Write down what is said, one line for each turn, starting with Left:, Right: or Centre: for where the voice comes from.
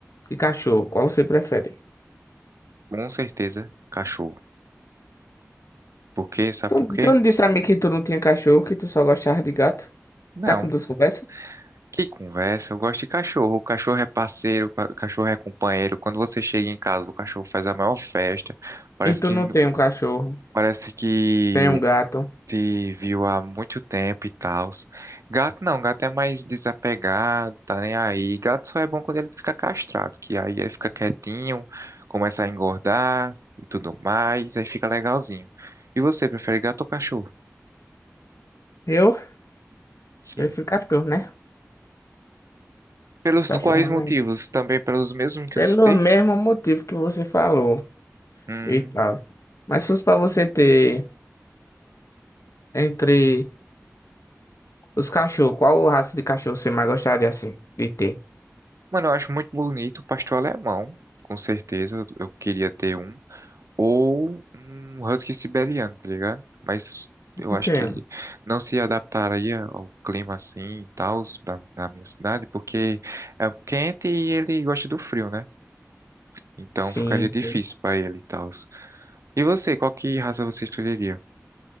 Left: e, e cachorro, qual você prefere?
Right: com certeza, cachorro. Por quê? Sabe
Left: Tu,
Right: por quê?
Left: tu não disse a mim que tu não tinha cachorro, que tu só gostava de gato?
Right: Não.
Left: Tá com duas conversas?
Right: Que conversa, eu gosto de cachorro. O cachorro é parceiro, pa- o cachorro é companheiro. Quando você chega em casa, o cachorro faz a maior festa. Parece
Left: E tu
Right: que,
Left: não tem um cachorro,
Right: parece que
Left: tem um gato.
Right: te viu há muito tempo e tal. Gato não, gato é mais desapegado, tá nem aí. Gato só é bom quando ele fica castrado, que aí ele fica quietinho, começa a engordar e tudo mais, aí fica legalzinho. E você, prefere gato ou cachorro?
Left: Eu
Right: Sim.
Left: prefiro cachorro, né?
Right: Pelos
Left: Cachorro
Right: quais
Left: é
Right: motivos?
Left: mais.
Right: Também pelos mesmos que
Left: Pelo
Right: eu citei?
Left: mesmo motivo que você falou
Right: Hum.
Left: e tal. Mas se fosse pra você ter entre os cachorros, qual raça de cachorro você mais gostaria assim de ter?
Right: Mano, eu acho muito bonito o pastor é alemão, com certeza, eu eu queria ter um. ou um husky siberiano, tá ligado? Mas eu
Left: Por
Right: acho
Left: quê?
Right: que ele não se adaptaria ao clima assim e tal da, da minha cidade, porque é quente e ele gosta do frio, né? Então
Left: Sim,
Right: ficaria difícil
Left: sim.
Right: pra ele e tal. E você, qual que raça você escolheria?